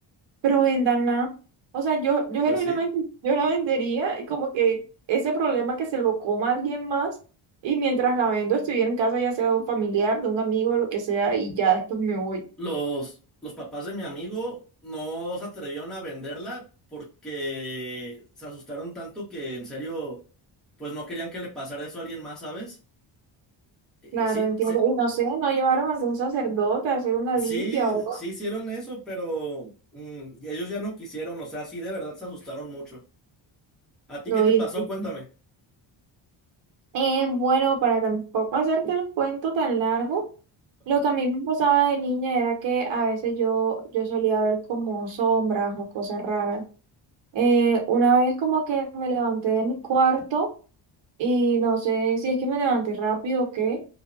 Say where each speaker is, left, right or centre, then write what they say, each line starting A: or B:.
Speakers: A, on the right; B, in the centre.
A: Pero véndanla. O sea, yo, yo
B: Pues
A: genuinamente,
B: sí.
A: yo la vendería y como que ese problema que se lo coma alguien más y mientras la vendo estuviera en casa ya sea de un familiar, de un amigo, lo que sea, y ya después me voy.
B: Los, los papás de mi amigo no se atrevieron a venderla porque se asustaron tanto que en serio, pues no querían que le pasara eso a alguien más, ¿sabes? Eh,
A: Claro,
B: sí,
A: entiendo.
B: se-
A: Y no sé, no llevaron a algún sacerdote a hacer una
B: sí,
A: limpia o algo.
B: sí hicieron eso, pero mm, ellos ya no quisieron, o sea, sí de verdad se asustaron mucho. ¿A ti
A: No,
B: qué te
A: y
B: pasó?
A: esto-
B: Cuéntame.
A: Eh, bueno, para tampoco hacerte el cuento tan largo,
B: Ajá.
A: lo que a mí me pasaba de niña era que a veces yo, yo solía ver como sombras o cosas raras. Eh, una vez como que me levanté de mi cuarto y no sé si es que me levanté rápido o qué,